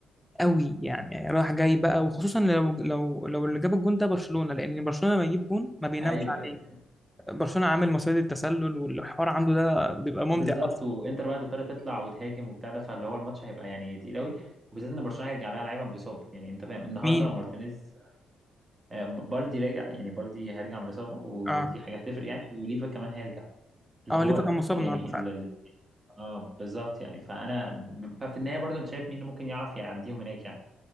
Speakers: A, in the centre; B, on the right (about 25°).
A: قوي يعني يعني رايح جاي بقى وخصوصا لو لو لو اللي جاب الجون ده برشلونه لان برشلونه لما يجيب جون ما بينامش
B: ايوه
A: عليه
B: ايوه أيوة.
A: برشلونه عامل مصيدة التسلل والحوار عنده ده بيبقى ممتع
B: بالظبط
A: اصلا
B: وانتر بقى تضطر تطلع وتهاجم وبتاع ده فاللي هو الماتش هيبقى يعني تقيل قوي وبالذات ان برشلونه هيرجع لها لعيبه من الاصابه يعني انت فاهم النهارده
A: مين
B: مارتينيز آه، بالدي راجع يعني بالدي هيرجع من الاصابه ودي
A: اه
B: حاجه هتفرق يعني وليفا كمان هيرجع اللي
A: اه
B: هو
A: ليفا كان مصاب
B: يعني
A: النهارده فعلا
B: ال- ال- اه بالظبط يعني فانا ففي النهايه برضه انت شايف مين اللي ممكن يعرف يعديهم هناك يعني